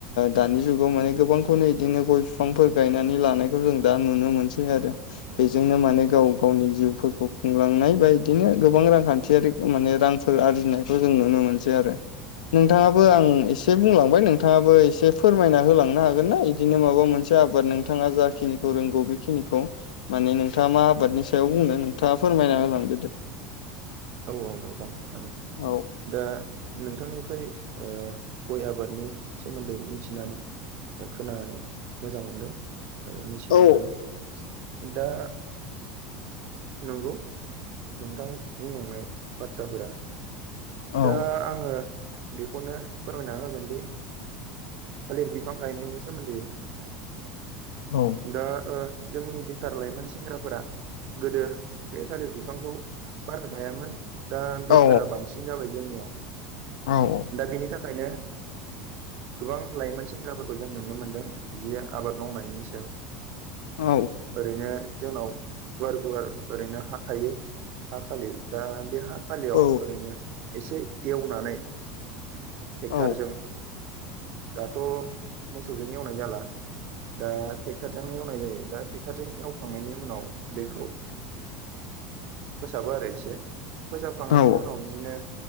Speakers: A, on the left (about 60°); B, on the right (about 45°).
A: दानि जुगाव माने गोबांखौनो इदिनो गय बिफांफोर गायनानै लानायखौ जों दा नुनो मोनसै आरो बेजोंनो माने गाव गावनि जिउफोरखौ खुंलांनाय बाइदिनो गोबां रांखान्थियारि माने रांफोर आरजिनायखौ जों नुनो मोनसै आरो नोंथांङाबो आं एसे बुंलांबाय नोंथांङाबो एसे फोरमायना होलांनो हागोन ना बिदिनो माबा मोनसे फसा आबाद नोंथांङा जाखिनिखौ रोंगौ बेखिनिखौ माने नोंथांङा मा आबादनि सायाव बुंनो नोंथांङा फोरमायना लांदो दे
B: औ औ नोंथां हागोन
A: औ
B: दा नोंथां निफ्राय गय आबादनि सोमोन्दै मिथिनानै खोनानानै मोजां मोनदों आरो मिथिनो
A: औ
B: मोननानै दा नंगौ नोंथां बुंलांनाय बाथ्राफोरा
A: औ
B: दा आंङो बेखौनो फोरमायना होगोनदि थालिर बिफां गायनायनि सोमोन्दै
A: औ
B: दा जोंनि बेखार लाइमोन सेंग्राफोरा गोदो बे थालिर बिफांखौ बारा गायामोन दा बेखारा
A: औ
B: बांसिन जाबाय जोंनियाव
A: औ
B: दा बिनि थाखायनो गोबां लाइमोन सेंग्राफोरखौ जों नुनो मोनदों बिदि आबाद मावनायनि सायाव
A: औ
B: ओरैनो जोंनाव गुवार गुवार ओरैनो हा थायो हा खालि दा बे हा खालियाव
A: औ
B: ओरैनो एसे एवनानै टेक्टरजों
A: औ
B: दाथ मोसौजों एवनाय जाला दा टेक्टर जोंनो एवनाय जायो दा टेक्टर जों एवखांनायनि उनाव बेखौ फोसाबो आरो एसे फोसाबखांनायनि
A: औ
B: उनाव बिदिनो